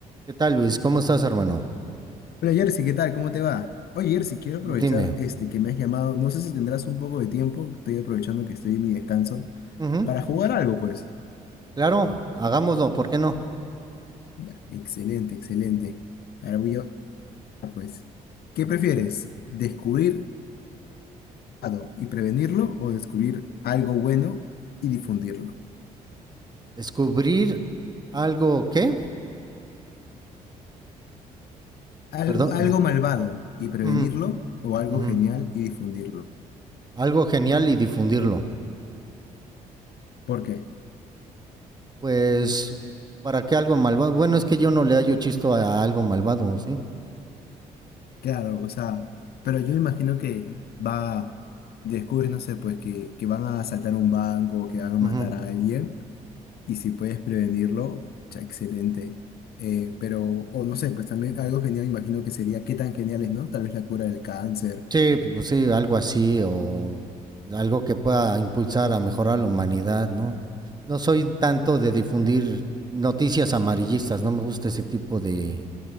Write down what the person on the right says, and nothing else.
¿Qué tal, Luis? ¿Cómo estás, hermano?
Dime.
Ujú,
Claro, hagámoslo, ¿por qué no?
Descubrir algo qué?
perdón,
ujú,
ujú,
algo genial y difundirlo.
Pues, ¿para qué algo malvado? Bueno, es que yo no le hallo chisto a algo malvado, ¿sí?
Ujú.
Sí, pues sí, algo así o algo que pueda impulsar a mejorar la humanidad, ¿no? No soy tanto de difundir noticias amarillistas, no me gusta ese tipo de,